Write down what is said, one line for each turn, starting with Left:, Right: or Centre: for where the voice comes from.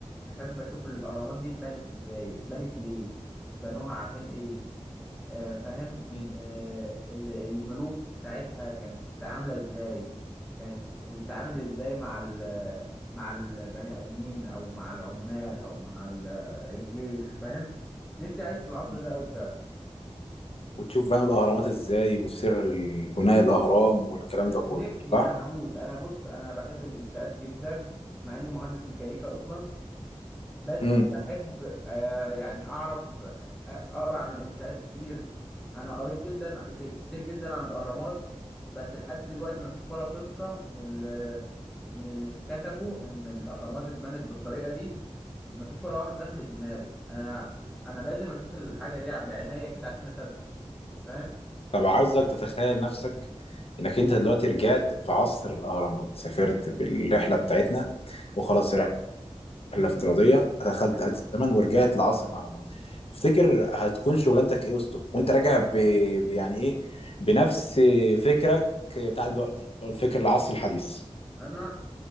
Centre: احب اشوف الاهرامات دي اتبنت ازاي اتبنت ليه بنوها عشان ايه آه، فاهم
Left: مم.
Centre: آه، ال- الملوك ساعتها كانت عاملة ازاي كانت بتتعامل ازاي مع ال مع البني آدمين او مع العمال او مع ال- الجيش فاهم نفسي اعيش في العصر
Left: مم.
Centre: ده أوي فعلا
Left: وتشوف بنوا الأهرامات ازاي وسر بناء الأهرام والكلام
Centre: أنا-
Left: ده كله
Centre: نفسي
Left: صح؟
Centre: انا هموت انا بص انا بحب الانشاءات جدا مع اني مهندس ميكانيكا اصلا بس
Left: امم
Centre: بحب آه يعني اعرف آه، اقرا عن الانشاءات كتير انا قريت جدا ك- كتير جدا عن الاهرامات بس لحد دلوقتي ما فيش ولا قصه من ال من اللي اتكتبوا ان الاهرامات اتبنت بالطريقه دي ما فيش ولا واحده دخلت دماغي انا انا لازم اشوف الحاجه دي بعناية كده عشان اصدق فاهم
Left: طب عايزك تتخيل نفسك انك انت دلوقتي رجعت في عصر الأهرامات سافرت بالرحلة بتاعتنا وخلاص رحلة
Centre: امم
Left: افتراضية دخلت آلة الزمن ورجعت لعصر الأهرامات تفتكر هتكون شغلانتك إيه وسطهم وأنت راجع ب... ب... يعني إيه بنفس فكرك بتاع دلوقتي اللي هو الفكر العصري الحديث
Centre: انا